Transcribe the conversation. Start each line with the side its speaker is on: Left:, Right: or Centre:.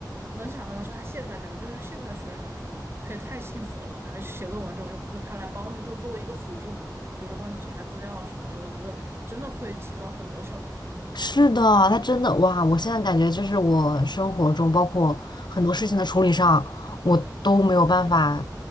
Right: 能想到到，就他现在感觉对于现在的学生来说，可以太幸福了吧？感觉写论文这种用用它来帮助，就作为一个辅助嘛，比如说帮你查资料啊什么的，我觉得真的会提高很多效率。
Left: 是的，他真的哇！我现在感觉就是我生活中，包括很多事情的处理上，我都没有办法，